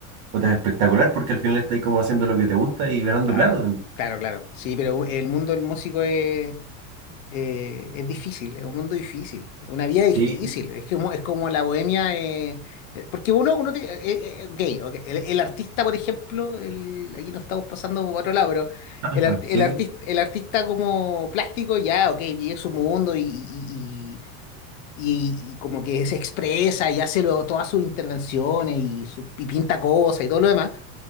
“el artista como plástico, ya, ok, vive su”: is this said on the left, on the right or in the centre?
Left